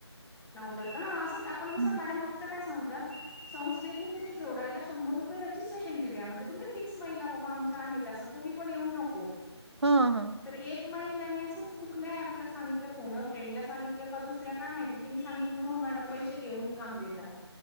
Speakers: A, in the centre; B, on the right.
A: नव्हतंत का ह असंच आपण कस
B: ह
A: मॅडम फक्त काय. सांगतात संस्थेची तुम्ही जोडायला शंभर रुपये रजिस्ट्रेशन चे घ्या म्हणजे तुम्हीच. फिक्स महिला बाबा आमच्या आहेत असं कुणी पण येऊ नको.
B: ह ह,
A: तर एक महिलानी असंच कुठल्या ऍपला सांगितलं फोन फ्रेंडला सांगितलं का दुसऱ्या काय माहिती. तिने सांगितले हो मॅडम पैसे घेऊन काम देतात.